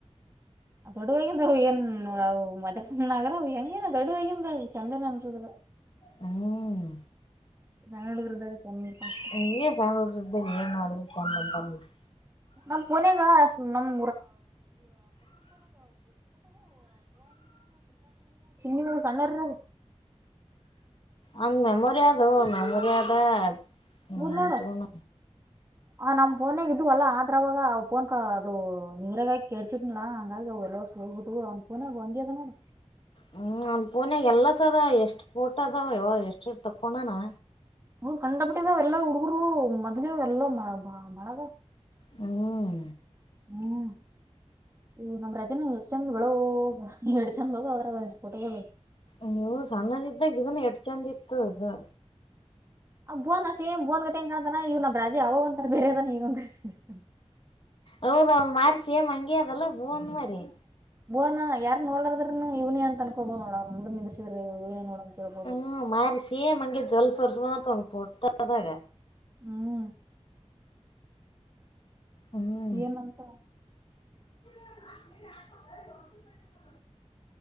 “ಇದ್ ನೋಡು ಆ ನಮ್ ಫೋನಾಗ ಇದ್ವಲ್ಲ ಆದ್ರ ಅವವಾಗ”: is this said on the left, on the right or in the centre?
Right